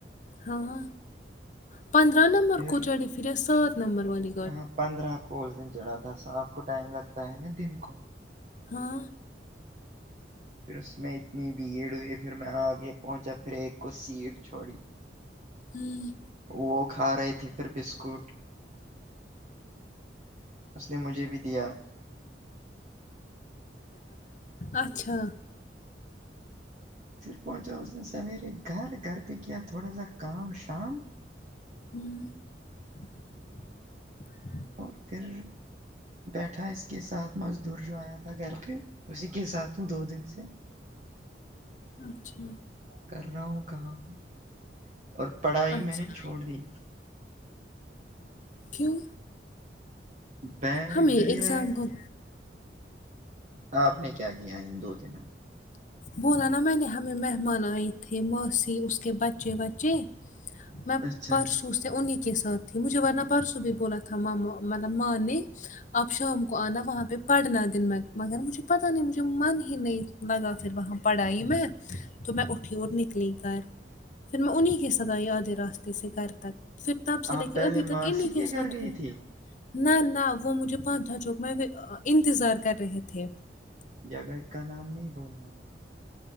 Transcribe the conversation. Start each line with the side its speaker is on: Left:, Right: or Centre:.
Left: ہاں پندرہ نمبر
Right: پھر
Left: کو چڑھے پھریا سات نمبر والے
Right: ہاں پندرہ کو اس دن چڑھا تھا سات کو ٹائم لگتا ہے نا دن کو
Left: ہاں
Right: پھر اس میں اتنی بھیڑ ہوئی پھر میں آگے پہنچا پھر ایک کو سیٹ چھوڑی
Left: ہوں
Right: وہ کھا رہے تھے پھر بسکٹ اس نے مجھے بھی دیا
Left: اچھا
Right: پھر پہنچا اس دن سویرے گھر گھر پہ کیا تھوڑا سا کا م شام
Left: ہوں
Right: اور پھر بیٹھا اس کے ساتھ مزدور جو آیا تھا گھر پہ اسی کے ساتھ ہوں دو دن سے
Left: اچھا
Right: کر رہا ہوں کام اور پڑھائی
Left: اچھا
Right: میں نے چھوڑ دی
Left: کیوں
Right: بے
Left: ہمیں
Right: بی
Left: ایگزام
Right: ایگ
Left: کو
Right: آپ نے کیا کیا ان دو دنوں
Left: بولا نا میں نے ہمیں مہمان آئے تھے ماسی اس کے بچے وچے میں
Right: اچھا
Left: پرس سوں انہیں کے ساتھ تھی مجھے ورنہ پرسوں بھی بولا تھا م مطلب ماں نے آپ شام کو آنا وہاں پہ پڑھنا دن میں مگر مجھے پتہ نہیں مجھے من ہی نہیں لگا پھر وہاں پڑھ آ ئی میں تو میں اٹھی اور ن نکلی گھر پھر میں انہیں کے ساتھ ائی آدھے راستے سے گھر تک پھر تب سے
Right: آپ
Left: لے
Right: پہلے
Left: کے ابھی تک
Right: ماسی
Left: انہیں کے
Right: گھر
Left: ساتھ
Right: گئی
Left: ہوں
Right: تھی
Left: نہ نہ وہ مجھے پانچ دھ چوک میں انتظار کر رہے تھے
Right: جگہ کا نام نہیں بولنا